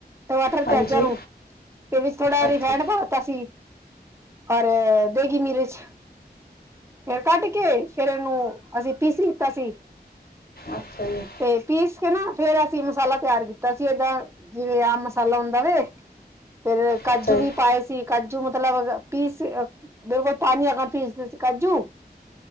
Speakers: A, on the right; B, on the left.
A: ਟਮਾਟਰ
B: ਹਾਂਜੀ
A: ਪਿਆਜ਼ਾ ਨੂੰ, ਤੇ ਵਿੱਚ ਥੋੜ੍ਹਾ
B: ਅੱਛਾ
A: ਰਿਫਾਇਡ ਪਾਤਾ ਸੀ ਔਰ ਦੇਗੀ ਮਿਰਚ ਫੇਰ ਕੱਢ ਕੇ ਫੇਰ ਏਨੂੰ ਅਸੀਂ ਪੀਸ ਲਿੱਤਾ ਸੀ।
B: ਅੱਛਾ ਜੀ।
A: ਤੇ ਪੀਸ ਕੇ ਨਾ ਫੇਰ ਅਸੀਂ ਮਸਾਲਾ ਤਿਆਰ ਕੀਤਾ ਸੀ ਏਦਾ ਜਿਵੇਂ ਆਮ ਮਸਾਲਾ ਹੁੰਦਾ ਵੇ ਫੇਰ ਕਾਜੂ
B: ਅੱਛਾ ਅੱਛਾ
A: ਵੀ ਪਾਏ ਸੀ ਕਾਜੂ ਮਤਲਬ ਪੀਸ ਫੇਰ ਪਾਨੀ ਹੈਗਾ ਪੀਸ-ਪੀਸ ਕਾਜੂ